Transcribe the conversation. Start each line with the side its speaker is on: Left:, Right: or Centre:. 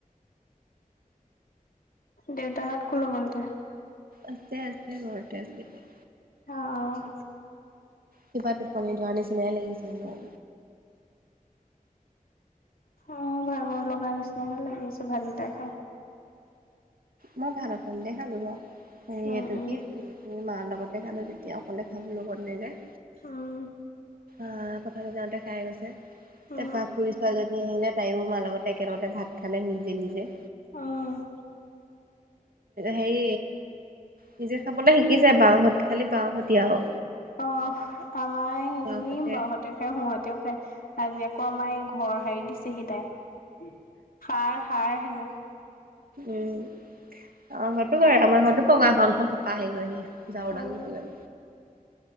Left: দেউতাহত ক'লৈ গ'ল তে?
Right: আছে, আছে ঘৰতে আছে গে।
Left: অ' অহ।
Right: কিবা টোপনি ধৰা নিচিনাই লাগিছে মোৰ।
Left: অ' ভাগৰ লগাৰ নিচিনাহে লাগিছে ভাতকেইটা খাই।
Right: মই ভাতঅকন দে খালোঁ ৰ' হেৰী
Left: উম
Right: এইটো
Left: উম
Right: কি উম, মাৰ লগতে খালোঁ তেতিয়া অকলে খাবলৈ মন নেযায়।
Left: উম,
Right: আহ, পথাৰলে যাওঁতে খাই গৈছে
Left: উম
Right: তে পা খুুৰী ছোৱালীজনী আহিলে তাইয়ো মাৰ লগতে একেলগতে ভাত খালে নিজে, নিজে।
Left: অ',
Right: হেই, নিজে খাবলে শিকিছে, বাওঁ হতি, খালি বাওঁহতিয়া আৰু।
Left: অ', আমাৰ এজনী
Right: বাওহতে
Left: বাওঁ হতেও খায় সোঁহতেও খায়। আজি আকৌ আমাৰ এই ঘৰ সাৰি দিছেহি তাই, সাৰ সাৰ হেনো।
Right: উম, আমাৰ ঘৰ পকা- আমাৰ ঘৰটোও পকাঘৰ নহয় পকা হেৰি হৈহে। জাৰুদাল
Left: উম
Right: লৈ লৈ।